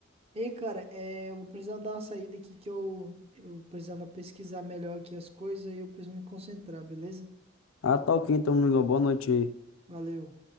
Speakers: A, on the right; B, on the left.
A: Ei, cara, é, eu vou precisar dar uma saída aqui que eu, eu precisava pesquisar melhor aqui as coisas e eu preciso me concentrar, beleza?
B: Ah, tá ok, então, amigo, boa noite.
A: Valeu.